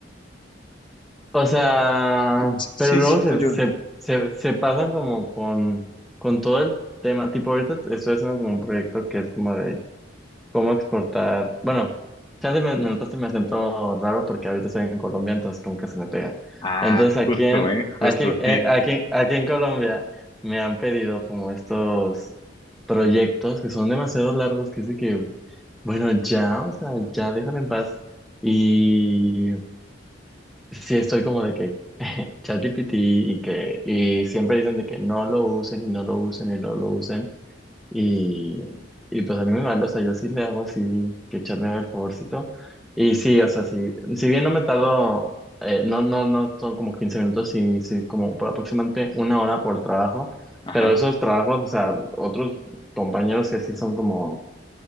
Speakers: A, in the centre; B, on the left.
A: o sea,
B: Sí, sí,
A: pero luego
B: sí te
A: se,
B: ayuda.
A: se, se, se pasan como con, con todo el tema, tipo ahorita estoy haciendo como un proyecto que es como de cómo exportar. Bueno, ya se me, me notaste mi acento raro porque ahorita estoy en Colombia, entonces como que se me pega.
B: Ah,
A: Entonces aquí
B: justo,
A: en,
B: ¿eh? Justo,
A: aquí, eh,
B: sí.
A: aquí, aquí en Colombia me han pedido como estos proyectos que son demasiado largos, que dice que, bueno, ya, o sea, ya déjame en paz. Y sí estoy como de que <laughs> ChatGPT y que, y siempre dicen de que no lo usen y no lo usen y no lo usen. Y, y pues a mí me manda, o sea, yo sí le hago así, que Chad me haga el favorcito. Y sí, o sea, sí, si bien no me tardo, eh, no, no, no son como 15 minutos, sí, sí, como por aproximadamente una hora por trabajo,
B: Ajá,
A: pero esos trabajos, o sea, otros compañeros que sí son como